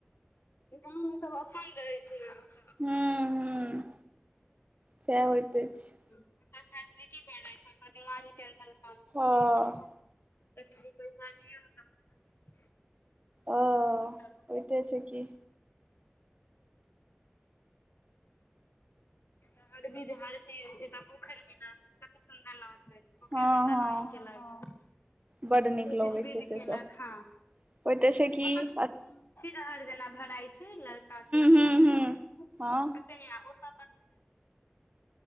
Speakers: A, on the left; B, on the right.
A: गाँम मे सब अपन रहै छै न।
B: हूँ हूँ सेएह होइते अछि।
A: ओतऽ फैसिलिटी बेरहै छै ऐतऽ दिमागी टेंशन कम।
B: हँ
A: एतनी पैइसा दिय त पैसा।
B: ओ
A: एतऽ
B: होइते छै कि।
A: एतअ हर बीध हर चीज एतअ पोखरि मिलत कते सुन्दर लगत रहै छै। पोखेर
B: हँ
A: में दनहि
B: हँ
A: केलक ह, ह।
B: बड नीक
A: सब
B: लगै
A: किछ बीध
B: छै से
A: केलक
B: सब
A: ह
B: होइते छै की
A: <inaudible> सिरहर
B: हूं
A: जेना भराय छै लड़का के बियाह
B: हूं
A: मे
B: हूं हँ
A: सुतैया ओत